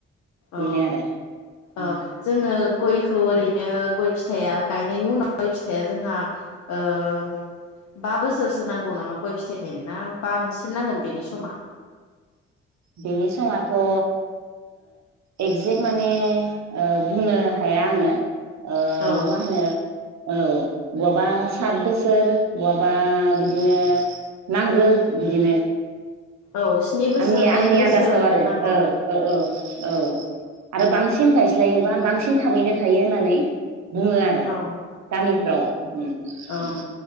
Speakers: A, on the right; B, on the left.
A: बेनो
B: औ
A: आरो
B: अ
A: उम
B: जोङो गयखौ ओरैनो गय फिथाइया गायनायनि उनाव गय फिथाइया जोंहा ओ बा बोसोरसो नांगौ नामा गय फिथाइ थायनाय ना बांसिन नांगोन बेनि समा
A: बेनि समाथ' ओ एक्जेक्ट माने ओ बुंनो हाया आङो ओ
B: औ
A: मा होनो औ बहाबा सात बोसोर बहाबा बिदिनो नांगौ बिदिनो
B: औ स्नि बोसोर
A: आंनि -आंनि
B: दाइन बोसोर
A: आन्दासाव आरो
B: नांगौ
A: औ -औ -औ- औ आरो बांसिन गायस्लायोबा बांसिन थाबैनो थायो होननानै बुङो आरो
B: औ
A: गामिफ्राव उम
B: औ
A: उम